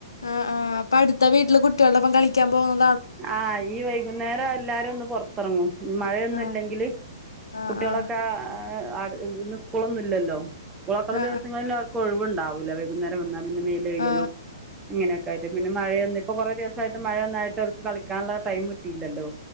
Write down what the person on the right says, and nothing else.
ആഹ് ഈ വൈകുന്നേരം എല്ലാരും ഒന്ന് പൊറ തൊറങ്ങും മ്മ് മഴയൊന്നുല്ലെങ്കില്
കുട്ടികളക്ക
ആഹ് ആട് ഇന്ന് സ്കൂളൊന്നുയില്ലല്ലോ സ്കൂളക്കള്ള
ദിവസങ്ങളില് അവർക്ക് ഒഴിവുണ്ടാവൂല അവ കുന്നേര വന്നാ പിന്നെ മേല് കഴുകലും
ഇങ്ങനെയൊക്കായിട്ട് പിന്നെ മഴയൊന്ന് ഇപ്പൊ കൊറെ ദിവസായിട്ട് മഴയൊന്നായി ട്ട് അവർക്ക് കളിക്കാനുള്ള ടൈമ് കിട്ടീലല്ലോ